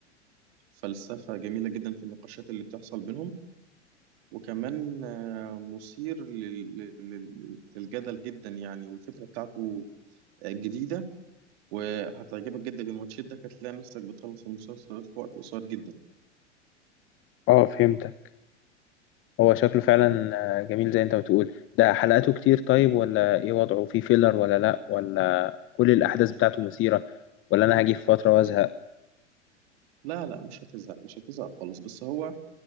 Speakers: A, on the right; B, on the left.
A: فلسفة جميلة جدا في النقاشات اللي بتحصل بينهم وكمان آه، مثير لل- لل- لل- للجدل جدا يعني والفكرة بتاعته جديدة وهتعجبك جدا الماتشات ده هتلاقي نفسك بتخلص المسلسل في وقت قصير جدا
B: اه فهمت هو شكله فعلا
A: يعني
B: آه، جميل زي انت بتقول ده حلقاته كتير طيب ولا ايه وضعه فيه فيلر ولا لا ولا كل الاحداث بتاعته مثيرة ولا انا هاجي في فترة وازهق
A: لا لا مش هتزهق مش هتزهق خالص بس هو